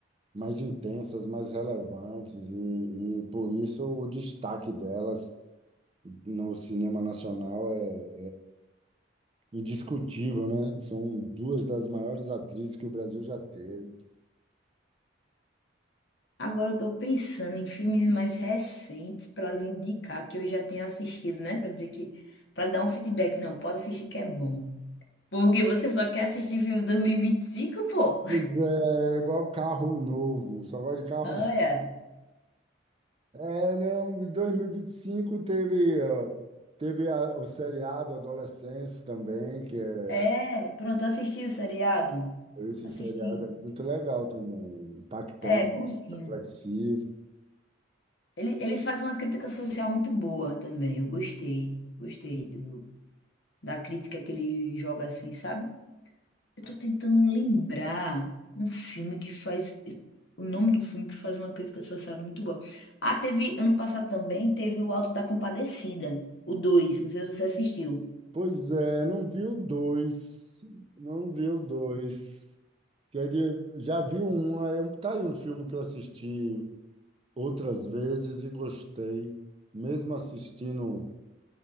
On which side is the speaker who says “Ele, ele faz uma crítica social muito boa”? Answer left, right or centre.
Left